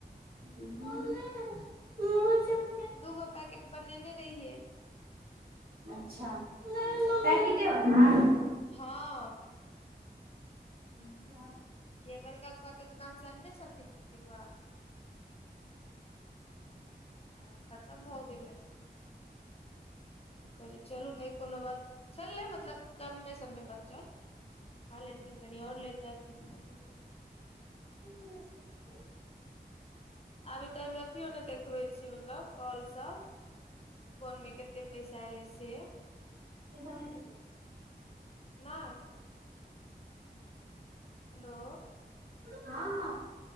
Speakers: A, on the right; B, on the left.
A: मम्मी मुझे
B: दूगो पैकेट बनेने रहिए।
A: अच्छा पैकिटे बला।
B: हाँ
A: अच्छा
B: ए बड़का पप्पा के दुकान से अन्ने छलखिन प्रीति बउआ। आ खत्तम भऽ गेलै, तऽ कहलीयै चलू नहि कोनो बात। छलै मतलब कम्मे- सम्मे बचल, खा लेलखिन कनि आओर लैतथिन। कम्मे छै।
A: <unintelligible>
B: अभी तऽ अयमे अथियो नहि देखबै छय, मतलब काॅल सब। कोनमे केते पैसा एलै से।
A: उ सब नहि देखबै
B: नहि हेलो
A: हाँ